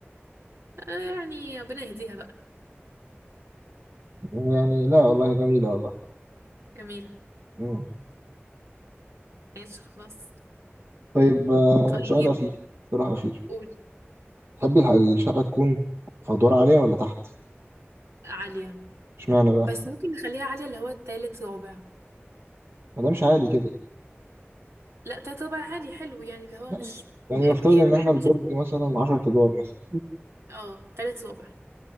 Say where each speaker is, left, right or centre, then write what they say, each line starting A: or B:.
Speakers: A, on the right; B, on the right.
A: آه يعني ربنا يهديها بقى
B: يعني لا والله جميله والله
A: جميلة
B: مم.
A: ماشي خلاص
B: طيب آه،
A: طيب
B: سؤال اخير اقتراح اخير
A: قول
B: تحبي الح- الشقه تكون في ادوار عاليه ولا تحت
A: عالية
B: اشمعنى بقى
A: بس ممكن نخليها عالية اللي هو التالت رابع
B: ما دامش عالي كده
A: لا تالت رابع عالي حلو يعني اللي هو
B: لا،
A: مش
B: يعني يعني
A: آه،
B: نفترض
A: يعني
B: ان
A: ما بحبش
B: احنا البرج مثلا 10 ادوار مثلا
A: اه تالت رابع